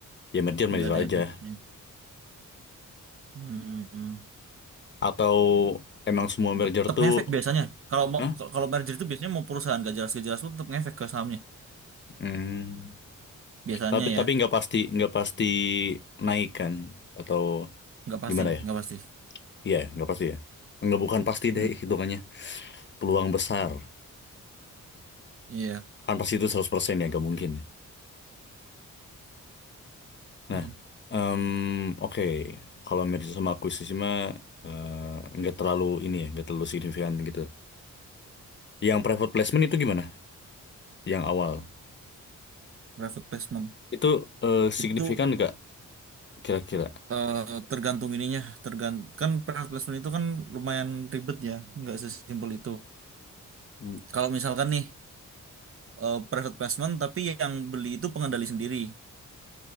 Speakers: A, on the left (about 35°); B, on the right (about 45°).
A: Ya merger merger
B: nggak ada
A: aja.
B: efeknya. Hmm.
A: Atau emang semua merger
B: Tetap
A: tuh
B: ngefek biasanya. Kalau mau
A: Hah?
B: kalau merger itu biasanya mau perusahaan gak jelas-gak jelas pun tetap ngefek ke sahamnya.
A: Hmm.
B: Biasanya
A: Tapi
B: ya
A: tapi nggak pasti nggak pasti naikkan atau
B: nggak pasti
A: gimana ya?
B: nggak pasti.
A: Iya, nggak pasti ya. Nggak bukan pasti deh
B: Hmm.
A: hitungannya. Peluang besar.
B: Iya.
A: Kan pasti itu 100% ya, nggak mungkin. ya. Nah,
B: Hmm.
A: em, oke. Kalau merger sama akuisisi mah eh, nggak terlalu ini ya, nggak terlalu signifikan gitu. Yang private placement itu gimana? Yang awal.
B: Private placement
A: Itu eh, signifikan
B: itu
A: nggak kira-kira?
B: eh, tergantung ininya, tergantung kan private placement itu kan lumayan ribet ya, nggak sesimpel itu.
A: Hmm.
B: Kalau misalkan nih eh, private placement tapi yang beli itu pengendali sendiri.